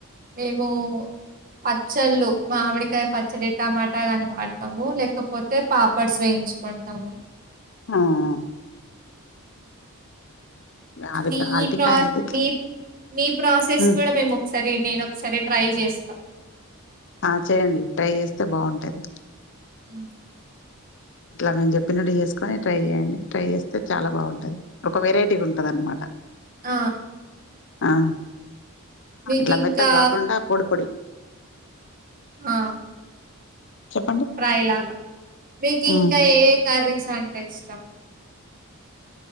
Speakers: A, on the right (about 40°); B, on the left (about 55°).
A: మేము పచ్చళ్ళు మామిడికాయ పచ్చడి టమాటా కాని వాడతాము లేకపోతే పాపడ్స్ వేయి చుకుంటాము
B: ఉమ్ అర
A: మీ
B: అరటికాయ
A: ప్రా
B: అయితే
A: మీ మీ ప్రాసెస్
B: ఇట్లా
A: కూడా మేమోకసారి సరే నేను ఒకసారి ట్రై చేస్తా
B: ఆ చేయండి ట్రై చేస్తే బాగుంటది
A: హ్మ్.
B: ఇట్లా మేము చెప్పినట్టు చేసుకొని ట్రై చేయండి ట్రై చేస్తే చాలా బాగుంటది ఒక వెరైటీ ఉంటది అనమాట
A: ఆ
B: ఆ
A: మీకింకా
B: అట్లా మెత్త కాకుండా పొడి పొడి
A: ఆ
B: చెప్పండి
A: ఫ్రై లాగా మీకు
B: ఉమ్
A: ఇంకా ఏ కర్రీస్ అంటే ఇష్టం